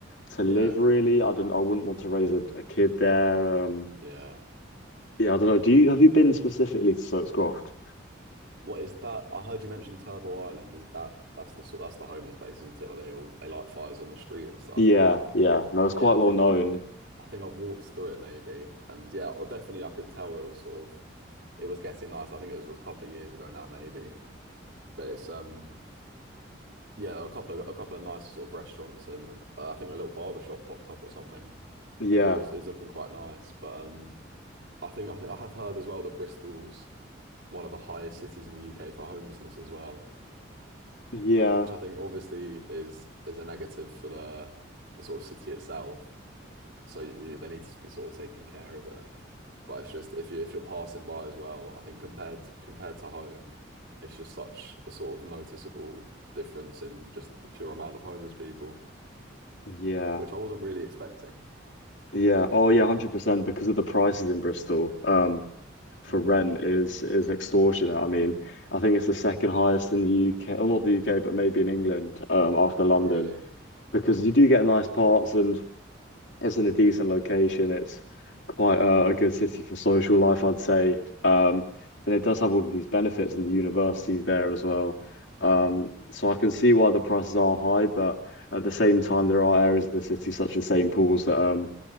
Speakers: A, on the left; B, on the right.
A: to
B: Yeah.
A: live. Really, I don't. I wouldn't want to raise a, a kid there. Um,
B: Yeah.
A: Yeah, I don't know. Do you have you been specifically to Soap's Croft?
B: What is that? I heard you mention Turbo Island. Is that that's the sort that's the homeless place, isn't it? Where they all they light fires on the street and stuff.
A: Yeah, yeah. No, it's
B: Yeah,
A: quite
B: I
A: well
B: think
A: known.
B: I think I've walked through it maybe, and yeah, or definitely I could tell it was sort of it was getting nice. I think it was, a couple of years ago now maybe, but it's um yeah, there were a couple of a couple of nice sort of restaurants and uh, I think a little barber shop popped up or something,
A: Yeah,
B: and it was it was looking quite nice. But um, I think I think I have heard as well that Bristol's one of the highest cities in the UK for homelessness as well.
A: yeah,
B: which I think obviously is is a negative for the, the sort of city itself. So you, you- they need to be sort of taking care of it. But it's just if you if you're passing by as well, I think compared compared to home, it's just such a sort of noticeable difference in just the pure amount of homeless people,
A: yeah,
B: which I wasn't really expecting.
A: yeah. Oh yeah, 100% because of the prices in Bristol. Um, for
B: Mm.
A: rent is is extortionate. I mean, I think it's the second highest in the UK, or not the UK, but maybe in England, um, after London,
B: Oh, really?
A: because you do get nice parts and it's in a decent location. It's quite a, a good city for social life, I'd say. Um, and it does have all of these benefits and the universities
B: Mm.
A: there as well. Um, so I can see why the prices are high, but at the same time, there are areas of the city, such as St. Paul's, that um,